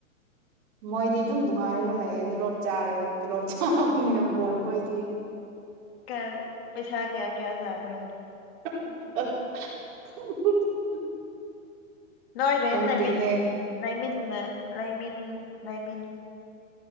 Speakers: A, on the right; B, on the left.
A: ꯃꯣꯏꯗꯤ ꯑꯗꯨꯝ ꯅꯨꯡꯉꯥꯏꯔꯒ ꯂꯩꯌꯦ ꯇꯣꯂꯣꯞ ꯆꯥꯔꯒ ꯇꯣꯂꯣꯞ ꯆꯥꯕꯅꯤꯅ ꯕꯣꯟꯈꯣꯏꯗꯤ꯫
B: ꯀꯔ ꯄꯩꯁꯥ ꯀ꯭ꯌꯥ-ꯀ꯭ꯌꯥ ꯆꯥꯕ꯭ꯔꯣ꯫
A: <unintelligible>
B: ꯅꯣꯏ ꯔꯦꯟ
A: ꯈꯪꯗꯦꯍꯦ
B: ꯂꯩꯃꯤꯟ ꯂꯩꯃꯤꯟꯅ ꯂꯩꯃꯤꯟ ꯂꯩꯃꯤꯟ